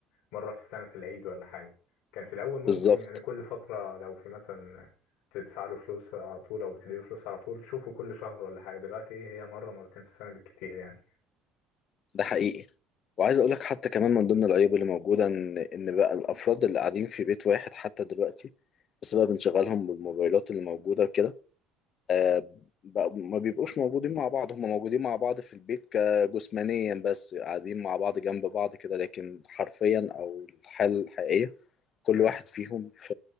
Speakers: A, on the left; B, on the left.
A: مرة في السنة في العيد ولا حاجة كان في الأول ممكن
B: بالظبط
A: يعني كل فترة لو في مثلا بتدفع له فلوس على طول أو بتديله فلوس على طول تشوفه كل شهر ولا حاجة دلوقتي إيه هي مرة مرتين في السنة بالكتير يعني
B: ده حقيقي وعايز اقول لك حتى كمان من ضمن العيوب اللي موجوده ان ان بقى الافراد اللي قاعدين في بيت واحد حتى دلوقتي بسبب انشغالهم بالموبايلات اللي موجوده كده آه، بقى- ما بيبقوش موجودين مع بعض هم موجودين مع بعض في البيت كجسمانيا بس قاعدين مع بعض جنب بعض كده لكن حرفيا او الحالة الحقيقية كل
A: امم
B: واحد فيهم في